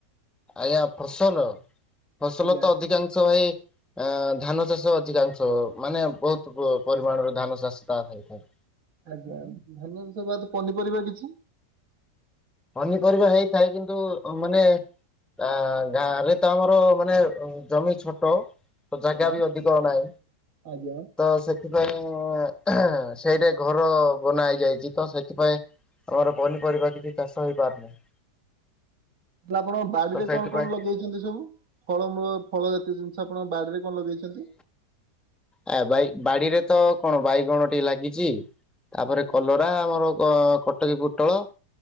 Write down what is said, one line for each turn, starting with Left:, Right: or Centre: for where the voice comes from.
Centre: ଆଜ୍ଞା ଫସଲ ଫସଲ
Right: ଆଜ୍ଞା।
Centre: ତ ଅଧିକାଂଶ ଭାଇ ଅ ଧାନ ଚାଷ ଅଧିକାଂଶ ମାନେ ବହୁତ ପରିମାଣରେ ଧାନ ଚାଷ ତା ହେଇଥାଏ।
Right: ଆଜ୍ଞା ଆଜ୍ଞା ଧାନ ଚାଷ ବାଦ୍ ପନିପରିବା କିଛି?
Centre: ପନିପରିବା ହେଇଥାଏ। କିନ୍ତୁ ମାନେ ଆ ଗାଁରେ ତ ଆମର ମାନେ ଜମି ଛୋଟ। ତ ଜାଗା
Right: ଆଜ୍ଞା।
Centre: ବି ଅଧିକ ନାହିଁ।
Right: ଆଜ୍ଞା।
Centre: ତ ସେ ସେଥିପାଇଁ ସେଇଟା ଘର ବନା ହେଇଯାଇଛି। ତ ସେଥିପାଇଁ <unintelligible> ପନିପରିବା କିଛି ଚାଷ ହେଇପାରୁନାହି।
Right: ହେଲେ ଆପଣଙ୍କ ବାଡିରେ
Centre: ସେଇଥିପାଇଁ
Right: କଣ କଣ ଲଗେଇଛନ୍ତି ସବୁ? ଫଳମୂଳ ଫଳ ଜାତୀୟ ଜିନିଷ ଆପଣ ବାଡ଼ିରେ କଣ ଲଗେଇଛନ୍ତି?
Centre: ଏ ବାଇ ବାଡିରେ ତ କଣ ବାଇଗଣ ଟିକେ ଲାଗିଛି। ତାପରେ
Right: ଆଜ୍ଞା,
Centre: କଲରା ଆମର ଅ କଟକୀ ପୋଟଳ।